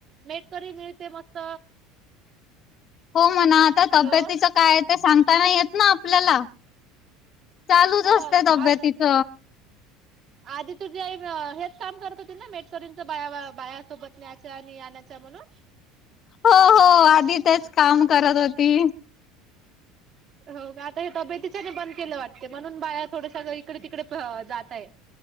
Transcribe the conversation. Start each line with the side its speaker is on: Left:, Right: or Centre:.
Right: मेटकरी मिळते मस्त.
Left: हो म्हणा आता
Right: हॅलो
Left: तब्यतीच काय. ते सांगताना येत ना आपल्याला चालूच
Right: हो
Left: असते तब्यतीच.
Right: आज आधी तुझे हेच काम करत होते ना, मेटकरींच बा बायासोबत नेयच आणि ज म्हणून.
Left: हो हो आधी तेच काम करत होती.
Right: हो आता हे तब्येतीच्याने बंद केलं वाटते, म्हणून बाया थोडस इकडे तिकडे जात आहे.